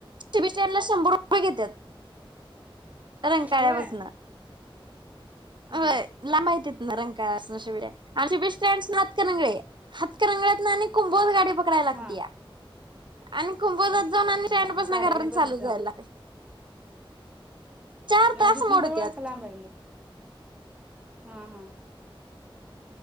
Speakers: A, on the right; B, on the right.
A: बीर ल शंभर रुपय घेत्यात. रण काळ्यापासन
B: होय हा
A: अय माहिती ना रंका आम बे स्नातकंग हतकर रंगळत ना आणि कुंभद गाडी पकडायला लागते,
B: हा
A: या आणि कमपोजात
B: लागत्या
A: जाऊन आणिँडपासून
B: हा गाड्या
A: घर
B: लय
A: चालू
B: बदल
A: जायला.... चार
B: लागत्यात
A: तास
B: तिथनं
A: मोडतत.
B: जवळ आहे का लांब आहे मग हा हा.